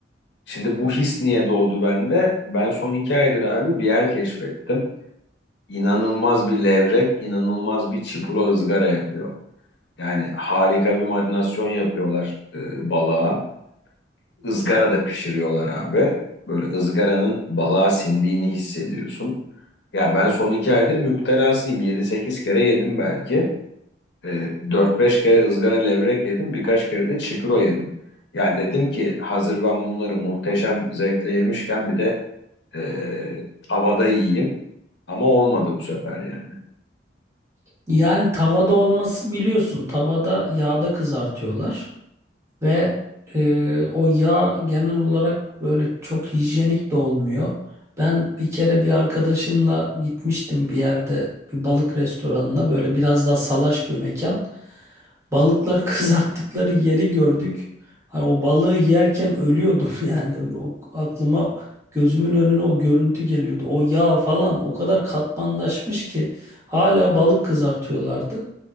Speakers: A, on the left; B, on the right.
A: Şimdi bu his niye doğdu bende? Ben son iki aydır abi bir yer keşfettim inanılmaz bir levrek, inanılmaz bir çipura ızgara yapıyor. Yani harika bir marinasyon yapıyorlar e, balığa. Izgara da pişiriyorlar abi. Böyle ızgaranın balığa sindiğini hissediyorsun. Ya ben son iki aydır müptelasıyım. yedi sekiz kere yedim belki. E, 4-5 kere ızgara levrek yedim. Birkaç kere de çipuro yedim. Ya dedim ki hazır ben bunları muhteşem zevkle yemişken bir de e, havada yiyeyim. Ama olmadı bu sefer yani.
B: Yani tavada olması biliyorsun. Tavada yağda kızartıyorlar. Ve e, o yağ genel olarak böyle çok hijyenik de olmuyor. Ben bir kere bir arkadaşımla gitmiştim bir yerde bir balık restoranına böyle biraz daha salaş bir mekan. Balıkları kızarttıkları yeri gördük. Hani o balığı yerken ölüyordum <laughs> yani o aklıma gözümün önüne o görüntü geliyordu. O yağ falan o kadar katmanlaşmış ki hala balık kızartıyorlardı.